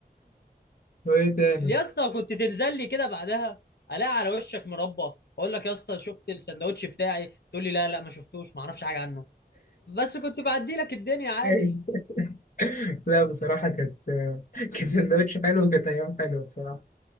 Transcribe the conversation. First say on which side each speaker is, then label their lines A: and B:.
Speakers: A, on the left; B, on the left.
A: وإيه تاني؟
B: يا اسطى كنت تنزل لي كده بعدها الاقي على وشك مربى اقول لك يا اسطى شفت السندوتش بتاعي تقول لي لا لا ما شفتوش ما اعرفش حاجه عنه بس كنت بعدي لك الدنيا عادي
A: <laughs> لا بصراحة كانت كان سندوتش حلو وكانت أيام حلوة بصراحة